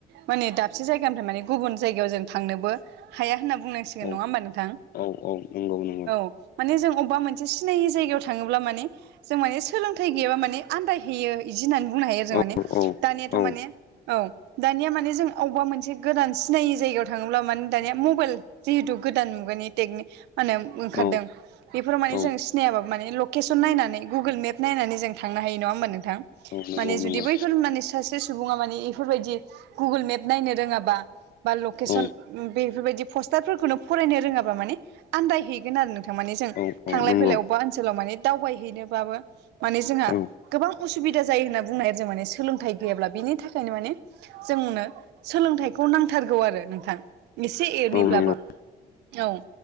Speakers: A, on the right (about 85°); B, on the left (about 60°).
A: माने दाबसे जायगानिफ्राय माने गुबुन जायगायाव जों थांनोबो हाया होनना बुंनां मिथिगोन
B: औ
A: नङा होमबा नोंथां
B: औ औ नंगौ नंगौ
A: औ। माने जों अबबा मोनसे सिनायि जायगायाव थाङोब्ला माने जों माने सोलोंथाइ गैयाबा माने आन्दायहैयो। इदि होननानै बुंनो हायो आरो जों
B: औ
A: माने
B: औ
A: दानियाथ'
B: औ
A: माने औ दानिया माने जों अबबा मोनसे गोदान सिनायि जायगायाव थाङोब्ला माने दानिया मबेल जिहेतु गोदान मुगानि टेकनिक मा होनो ओंखारदों
B: औ
A: बेफोराव माने
B: औ
A: जों सिनायाबाबो माने लकेसन नायनानै गुगोल मेप नायनानै जों थांनो हायो नङा होमबा नोंथां।
B: नंगौ
A: माने जुदि
B: नंगौ
A: बैफोर मानिस सासे सुबुङा मानि बेफोरबायदि गुगोल मेप नायनो रोङाबा बा लकेसन
B: औ
A: बेफोरबायदि पस्टारफोरखौनो फरायनो रोङाबा माने आनदायहैगोन आरो नों माने जों
B: औ
A: थांलाय
B: नंगौ
A: फैलाय अबबा ओनसोलाव माने दावबायहैनोबाबो माने जोंहा
B: औ
A: गोबां उसुबिदा जायो होनना बुंनो हायो आरो जों माने सोलोंथाइ गैयाब्ला बिनि थाखाय नो माने जोंनो सोलोंथाइखौ नांथारगौ आरो नोंथां। एसे एनैब्लाबो
B: औ नंगौ औ नंगौ
A: औ